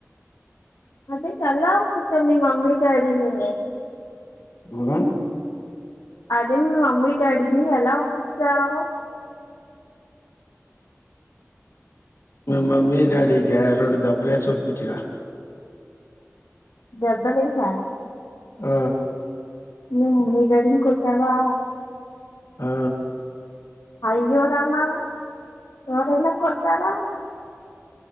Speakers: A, on the left; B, on the left.
A: అదే ఎలా పచ్చం మీ మమ్మీ డాడీని
B: గుదం
A: అదే మీ మమ్మీ డాడీని ఎలా ఒపించావ్
B: మమ్మీ డాడిక యారోడ దప్పులే ఓపించిన
A: జబ్బలేసా
B: ఆ
A: మ్ రిగర్డింగ్ కొత్తగా
B: ఆ
A: అయ్యోరమా ఎవరెలా కొడతారా